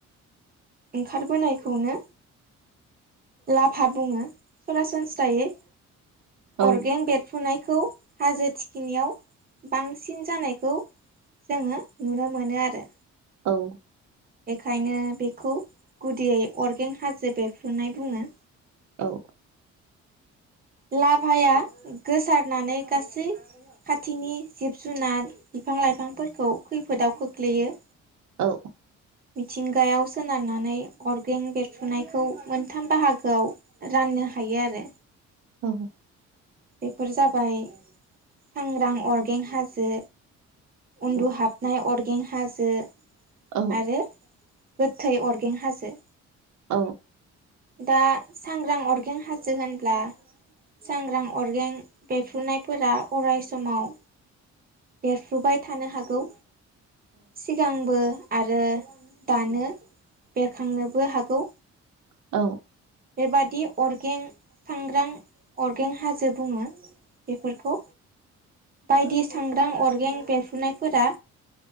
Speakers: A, on the right (about 30°); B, on the right (about 70°).
A: ओंखारबोनायखौनो लाभा बुङो। सरासनस्रायै
B: औ
A: अरगें बेरफ्रुनाय खौ हाजो थिखिनियाव बांसिन जानायखौ जोङो नुनो मोनो आरो
B: औ।
A: बेखायनो बेखौ गुदियै अरगें हाजो बेरफ्रुनाय बुङो।
B: औ।
A: लाभाया गोसारनानै गासै खाथिनि जिब जुनार बिफां लाइफांफोरखौ खैफोदाव खोख्लैयो।
B: औ।
A: मिथिंगायाव सोनारनानै अर्गें बेरफुनायखौ मोनथाम बाहागोआव रान नो हायो आरो।
B: औ।
A: बेफोर जाबाय सांग्रां अरगें हाजो उन्दुहाबनाय
B: औ
A: अरगें हाजो।
B: औ
A: आरो गोथै अरगें हाजो।
B: औ
A: दा। सांग्रां अरगें हाजो होनब्ला सांग्रां अर्गें बेरफ्रुनायफोरा अराय समाव बेरफ्रुबाय थानो हागौ सिगांबो आरो दानो बेरखांनोबो हागौ
B: औ।
A: बेबादि अरगें सांग्रां अरगें हाजो बुङो। बेफोरखौ बायदि सांग्रां अर्गें बेरफुनायफोरा